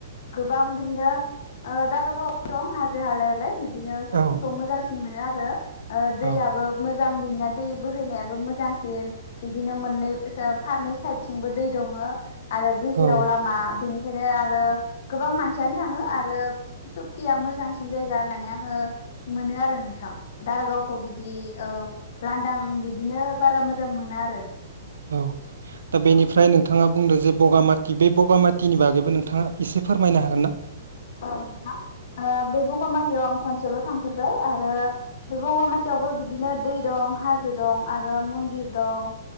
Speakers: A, on the left; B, on the right.
A: गोबां बिदिनो ओ दारागाव दं हाजो हालायालाय बि बिदिनो सुखिखौ
B: औ
A: मोजांसिन मोनो आरो ओ दैयाबो
B: औ
A: मोजां बिनि दै बोहैनाया बो मोजांसिन बिदिनो मोननै जा फारनै साइदथिंबो दै दंङो। आरो गेजेराव
B: औ
A: लामा बे <unintelligible> आरो गोबां मानसियानो थांङो आरो सुखिया मोजांसिन जायगा होननानै आंङो मोनो आरो नोंथां। दारागावखौ बिदि औ लांदां बिद बिदिनो बारा मोजां मोना आरो
B: औ दा बेनिफ्राय
A: औ
B: नोंथां नोंथाङा बुंदों जे बगामाथि बे बगामाथिनि बागैबो नोंथाङा एसे फोरमायनो हागोन ना?
A: औ नोंथां ओ बे बगामाथियाव आं खनसेल थांफेरबाय आरो बे बगामाथियावबो बिदिनो दै दं हाजो दं आरो मन्दिर दं